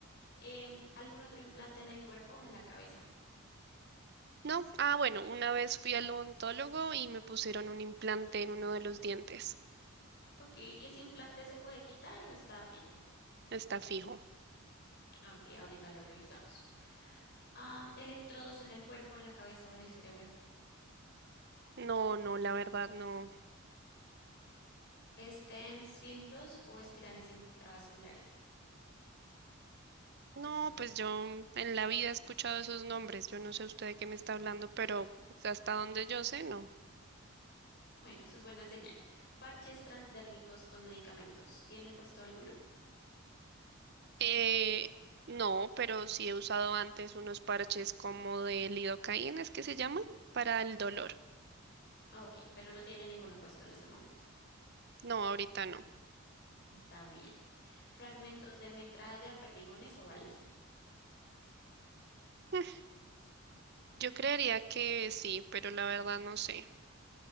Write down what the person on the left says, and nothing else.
em, algún otro implante en el cuerpo o en la cabeza.
Ok, ¿y ese implante se puede quitar o está fijo?
Ok, ahorita lo revisamos. Am, electrodos en el cuerpo, en la cabeza o en el cerebro.
Stents, filtros o espirales intravasculares.
Bueno, eso es buena señal. Parches transdérmicos con medicamentos. ¿Tiene puesto alguno?
Ok, pero no tiene ninguno puesto en este momento.
Está bien. Fragmentos de metralla, perdigones o balas.